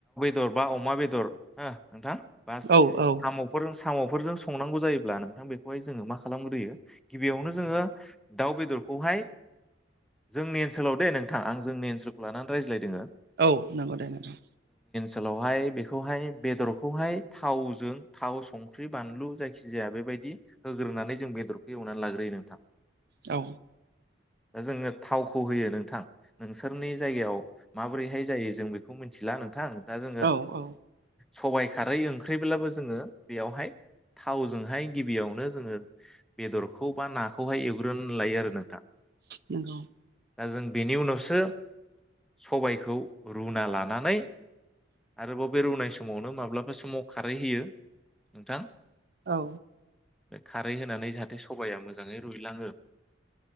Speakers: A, in the centre; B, on the right.
A: दर बा अमा बेदर हो नोंथां।
B: औ औ
A: साम फोर साम फोरजों संनांगौ जायोब्ला नोंथां बेखौहाय जोङो मा खालामग्रोयो गिबियावनो जोङो दाउ बेदरखौहाय जोंनि ओनसोलाव दै नोंथां आं जोंनि ओनसोलखौ लानानै रायज्लायदोङो।
B: औ नंगौ दे नोंथां।
A: सोलावहाय बेखौहाय बेदरखौहाय थावजों थाव संख्रि बानलु जायखि जाया बेबायदि होग्रोनानै जों बेदरखौ एवनानै लाग्रोयो नोंथां।
B: औ
A: दा जोङो थावखौ होयो नोंथां नोंसोरनि जायगायाव माबोरैहाय जायो जों बेखौ मिथिला नोंथां। दा जोंङो
B: औ औ
A: सबबाय खारै ओं ख्रिब्लाबो जोङो बेयावहाय थावजोंहाय गिबियावनो जोङो बेदरखौ बा नाखौहाय एव ग्रोन लायो आरो नोंथां।
B: नंगौ
A: दा जों बेनि उनावसो सबायखौ रुना लानानै आरोबाव बे रुनाय समावनो माब्लाबा समाव खारै होयो नोंथां
B: औ
A: खारै होनानै जाहाथे सबाया मोजाङै रुइलाङो